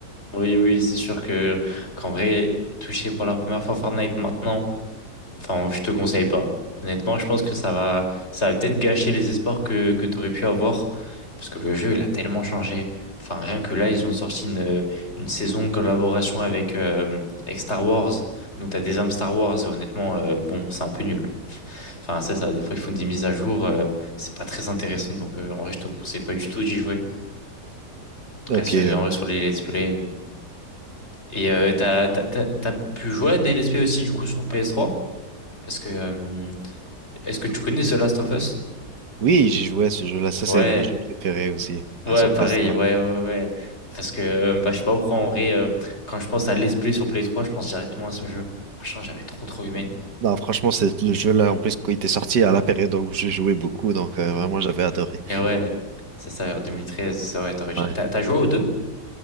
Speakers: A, on the left; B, on the right.
A: oui, oui, c'est sûr que qu'en vrai, toucher pour la première fois Fortnite maintenant. Enfin, je te conseille pas. Honnêtement, je pense que ça va, ça va peut-être gâcher les espoirs que, que tu aurais pu avoir. Parce que le jeu, il a tellement changé. Enfin, rien que là, ils ont sorti une, une saison en collaboration avec, euh, avec Star Wars. Donc, tu as des armes Star Wars. Et honnêtement, euh, bon, c'est un peu nul. Enfin, c'est ça. Des fois, ils font des mises à jour. euh, c'est pas très intéressant. Donc, euh, en vrai, je te conseille pas du tout d'y jouer.
B: Ok.
A: Reste sur-
B: euh,
A: en vrai sur les let's play. euh. Et euh, t'as, t'as, t'as- t'as pu jouer à des let's play aussi, du coup, sur PS3. Parce que euh, Est-ce que tu connais The Last of Us?
B: oui, j'ai joué à ce jeu-là. Ça,
A: Ouais,
B: c'est un de mes jeux préférés aussi,
A: ouais,
B: à son PS3.
A: pareil, ouais, ouais, ouais. ouais. Parce que, euh, bah, je sais pas pourquoi, en vrai, euh, quand je pense à Let's Play sur Play 3, je pense directement à ce jeu. Franchement, j'avais trop, trop aimé.
B: Non, franchement, c'est le jeu là,
A: Mm,
B: en plus, quand il était sorti à la période où je jouais beaucoup, donc euh,
A: mm.
B: vraiment, j'avais adoré.
A: Et ouais, ça, ça, en 2013, ça, ouais, t'aurais dû-
B: Ouais.
A: T'as t'as joué aux deux?